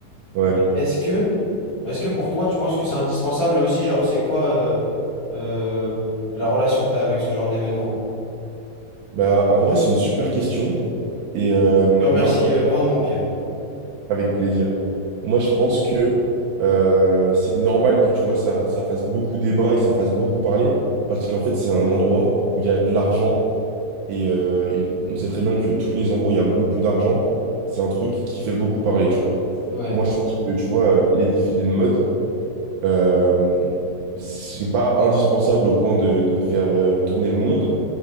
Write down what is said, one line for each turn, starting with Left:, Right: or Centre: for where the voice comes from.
Right: Ouais,
Left: Mais est-ce que, est-ce que pour toi, tu penses que c'est indispensable et aussi, genre, c'est quoi euh, euh, la relation que tu as avec ce genre d'événement?
Right: bah en vrai c'est une super question et, euh,
Left: Je te remercie
Right: et moi je pense
Left: euh, grandement, Pierre.
Right: avec plaisir. Moi je pense que euh, c'est normal que tu vois ça, ça fasse beaucoup débat et ça fasse beaucoup parler parce qu'en fait c'est un endroit où il y a de l'argent et, euh, et on sait très bien que tous les endroits où il y a beaucoup d'argent c'est un truc qui fait beaucoup parler tu vois.
Left: Ouais,
Right: Moi je pense que tu vois euh, les défilés de mode euh, c'est pas indispensable au point de, de faire euh, tourner le monde